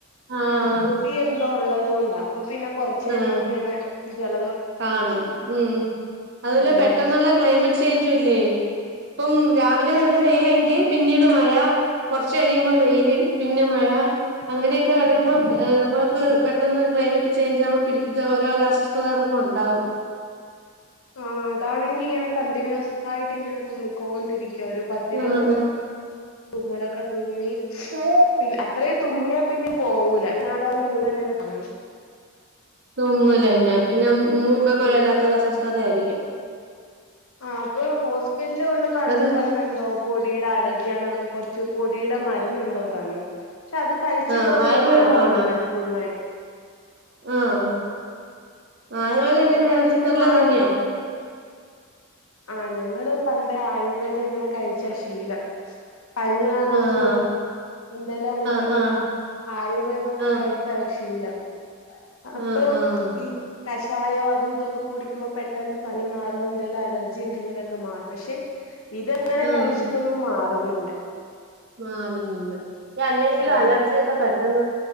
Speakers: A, on the right; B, on the left.
A: ആഹ്
B: ആ പൊടി എന്തോ ഉള്ളത്. ദോണ്ട അപ്പൊ പിന്നെ കൊറച്ചേര
A: ആഹ്
B: ഇങ്ങനെ ജല
A: കാണും ഉം അതുവല്ല
B: ഉം
A: പെട്ടെന്നുള്ള ക്ലൈമറ്റ് ചേഞ്ചും അല്ലേ? ഇപ്പം രാവിലെ നല്ല വെയിലെങ്കി പിന്നീട് മഴ കൊറച്ച് കഴിയുമ്പോൾ വെയില് പിന്നെ മഴ അങ്ങനെയൊക്കെ വരുമ്പം ഏഹ് ർ നമ്മക്ക് പെട്ടെന്ന് ക്ലൈമറ്റ് ചേയിഞ്ചാകുമ്പോ പിടി ദോരോരോ അസ്വസ്ഥതകളൊ ഇപ്പം ഒണ്ടാവും.
B: ആ അതാണെങ്കി ഇങ്ങനെ കണ്ടിന്യൂസ് ആയിട്ടിങ്ങനെ തുമ്മിക്കോണ്ടിരിക്കും. ഒരു പത്തിരുപത്
A: ആഹ്
B: തു തുമ്മലൊക്കെ തുമ്മി
A: ആ
B: പിന്നെ അത്രയും തുമ്മിയാ പിന്നെ പോവൂല പിന്നെ ആ ദിവസം മുഴുവൻ ഇത് കാണും
A: തുമ്മലന്നെ പിന്നെ മൂക്കൊക്കെ
B: ഉം
A: ഒരു വല്ലാത്തൊരു അസ്വസ്ഥത ആയിരി ക്കും
B: ആ അപ്പൊ ഹോസ്പിറ്റല്കൊണ്ട് കാണിച്ച
A: അത്
B: പറഞ്ഞെന്തോ പൊടി ടെ അലർജിയാന്ന് പറഞ്ഞ് കൊറച്ച് പൊടിയുടെ മരുന്നെന്തോ തന്ന് പക്ഷെ അത് കഴിച്ചിട്ടും
A: ആഹ്
B: അങ്ങനെ
A: ആയുർവേദാണോ
B: മാറുന്നില്ല പൂർണ്ണായി
A: ആഹ് ആയുർവേദം എങ്ങനെയാ
B: അത് കഴിച്ചിട്ട്
A: നല്ലത്
B: മാ
A: തന്നെയാ
B: ആഹ് ഞങ്ങള് പണ്ടേ ആയുർവേദം ഇങ്ങനെ കഴിച്ചാ ശീലം പനിയാണെങ്കിലും
A: ആഹ്
B: എന്തേലാണെങ്കിലും
A: ആഹ്
B: ഇങ്ങനെ
A: ആഹ്
B: ആയുർവേദൊക്കെ
A: ആഹ്
B: കഴിച്ചാ ഒരു ശീ ശീലം അപ്പൊ
A: ആഹ് ആഹ്
B: ഈ കഷായോ അതും ഇതൊക്കെ കുടിക്കുമ്പോ പെട്ടെന്ന് പനി മാറുമെന്ന് എന്തേലും അലർജി ഉണ്ടെങ്കിലൊക്കെ മാറും പക്ഷെ ഇതങ്ങനെ
A: ആഹ്
B: കഴിച്ചിട്ടൊന്നും മാറ് മാറുന്നില്ല
A: മാറുന്നില്ല അല്ലെങ്കിലും
B: ഉം
A: അലർജിയൊക്കെ പെ ഉം